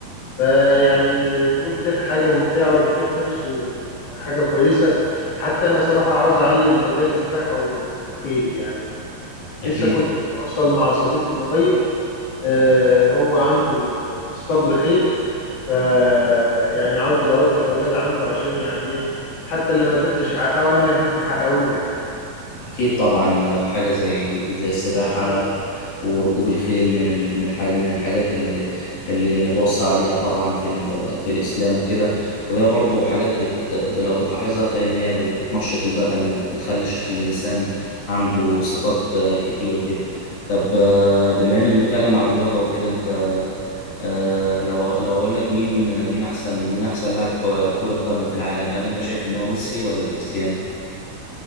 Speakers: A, on the left (about 60°); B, on the left (about 75°).
A: فيعني ركوب الخيل حاجة ممتعة والخيل نفسه حاجة كويسة حتى أنا صراحة عاوز أعلم أولادي سباحة و- وخيل يعني
B: أكيد
A: لسه كنت بتواصل مع صديق من قريب آه، هو عنده اسطبل خيل ف يعني عاوز أودي الأولاد عنده عشان يعني إيه حتى اللي ما قدرتش أحققه أنا هم يحققوه يعني
B: أكيد طبعا حاجة زي زي السباحة
A: أنت بت-
B: وركوب الخيل من ال- من الحاج من الحاجات اللي اللي متوصى عليها طبعا في ال- في الإسلام وكده وهي برضو حاجات بت لو بتلاحظها تلاقي إن هي ب- بتنشط البدن وبتخلي الإنسان عنده صفات آه، كتير وكده طب آه، بما إننا بنتكلم عن الرياضة وكده أنت آه، لو لو أقول لك مين مين أحسن مين أحسن لاعب كرة قدم في العالم هل أنت شايف إن هو ميسي ولا كريستيانو؟